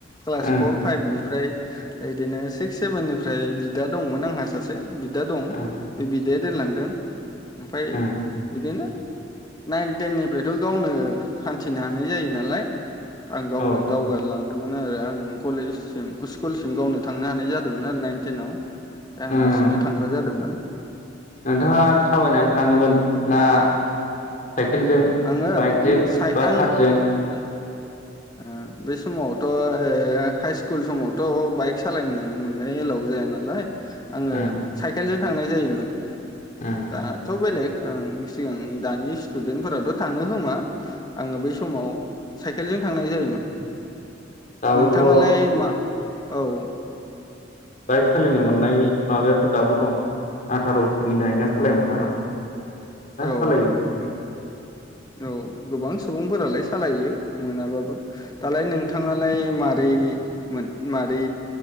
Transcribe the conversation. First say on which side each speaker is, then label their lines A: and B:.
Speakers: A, on the left; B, on the left.
A: क्लास
B: उम
A: फर फाइभनिफ्राय। बिदिनो सिक्स सेभेननिफ्राय बिदा दंमोन आंहा सासे। बिदा दं
B: उम
A: बे बे दोनलांदों। ओमफाय
B: उम
A: बिदिनो। नाइन टेन निफ्रायथ' गावनो हान्थिनो हानाय जायो नालाय। आं गावनो
B: औ
A: दावगाललां मोन आरो आं कलेजसिम स्कुलसिम गावनो थांनो हानाय जादोंमोन आरो नाइन थेनाव। आं
B: उम
A: हारसिंनो थांग्रा जादोंमोन।
B: नोंथाङा थाबायनानै। थाङोमोन ना? साइकेलजों
A: आङो
B: बाइकजों
A: साइ-
B: बा
A: आङो
B: कारजों?
A: । ओ-बे समावथ' ओ-हाइ स्कुल समावथ' बाइक सालायनो मोननाय एलाव जाया नालाय। आङो
B: उम
A: साइकेलजों। थांनाय जायोमोन
B: उम
A: दा थ बेलेक ओं सिगां दानि स्टुडेन्टफोराथ थांङो होमा आंङो बै स समाव साइ साइकेलजों थांनाय जायोमोन
B: दाबोथ'
A: नोंथाङालाय मा औ
B: बाइक सालायनो मोननाय माबायाथ दाबो दं आथार बोसोरनि गाहायना सालायमोना आरो दा
A: औ
B: सालायो <unintelligible>
A: औ गोबां सुबुंफोरालाय सालायो मोनाबाबो दालाय नोंथांङालाय मारै मोन मारै